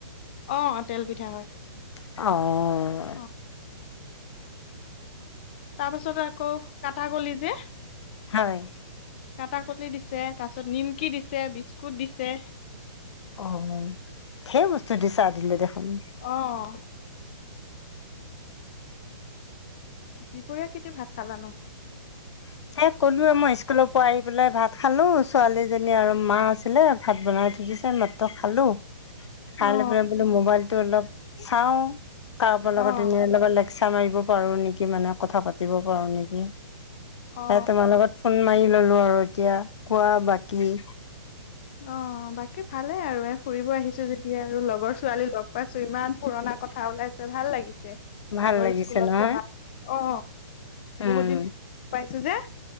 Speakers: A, on the left (about 20°); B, on the left (about 75°).
A: অ', তেল পিঠা হয়।
B: অ'।
A: অ তাৰপাছতো আকৌ কাঠা গলি যে
B: হয়।
A: কাটা কলি দিছে, তাৰপিছত নিমকি দিছে, বিস্কুট দিছে।
B: অ', ঢেৰ বস্তু দিছে চাহ দিলে দেখোন।
A: অ'। দুপৰীয়া কেতিয়া ভাত খালা নো?
B: <unintelligible> স্কুলৰ পৰা আহি পেলাই ভাত খালোঁ ছোৱালীজনী আৰু মা আছিলে ভাত বনাই থৈ দিছে এইমাত্ৰ খালোঁ। খাই
A: অ
B: লৈ পেলাই বোলো মোবাইলটো অলপ চাও, কাৰোবাৰ লগত
A: অ
B: এনে <unintelligible> লেক চাৰ মাৰিব পাৰোঁ নেকি মানে কথা পাতিব পাৰোঁ নেকি।
A: অ
B: সে তোমাৰ লগত ফোন মাৰি ললোঁ আৰু এতিয়া, কোৱা বাকী।
A: অ, বাকী ভালে আৰু এ ফুৰিব আহিছো যেতিয়া আৰু লগৰ ছোৱালী লগ পাইছো ইমান পুৰণা কথা ওলাইছে ভাল লাগিছে।
B: ভাল
A: আগৰ
B: লাগিছে
A: স্কুলত
B: নহয়
A: পঢ়া, অ,
B: উম
A: বহুত দিন পাইছো যে।